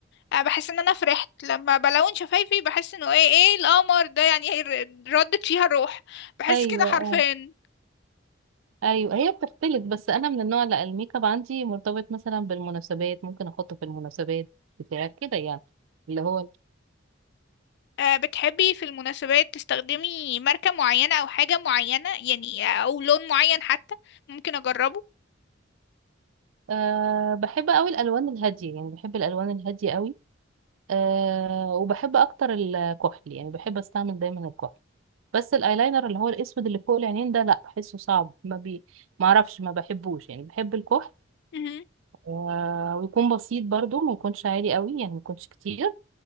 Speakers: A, on the left; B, on the right.
A: آه، بحس ان انا فرحت لما بلون شفايفي بحس انه ايه ايه القمر ده يعني إيه ردت فيها الروح بحس
B: ايوه
A: كده حرفيا
B: اه ايوه هي بتختلف بس انا من النوع لا الميك اب عندي مرتبط مثلا بالمناسبات ممكن احطه في المناسبات بتاع كده يعني اللي هو
A: آه، بتحبي في المناسبات تستخدمي ماركة معينة أو حاجة معينة يعني أو لون معين حتى ممكن أجربه
B: أه بحب قوي الالوان الهاديه يعني بحب الالوان الهاديه قوي أه وبحب اكتر الكحل يعني بحب استعمل دايما الكحل بس الايلاينر اللي هو الاسود اللي فوق العينين ده لا بحسه صعب ما بي ما اعرفش ما بحبوش يعني بحب الكحل
A: مهم.
B: أه ويكون بسيط برضو ما يكونش عالي قوي يعني ما يكونش كتير